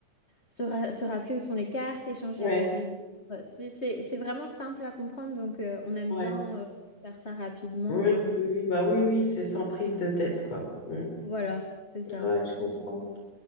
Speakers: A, on the left; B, on the left.
A: se, ra- se rappeler où sont les cartes, échanger
B: Ouais,
A: avec les autres. C'est c'est- c'est vraiment simple à comprendre, donc euh, on aime
B: ouais.
A: bien euh, faire ça rapidement.
B: Oui,
A: euh.
B: oui, oui, bah oui, oui, c'est sans prise de tête, quoi. Mm.
A: Voilà, c'est ça.
B: Ouais, je comprends.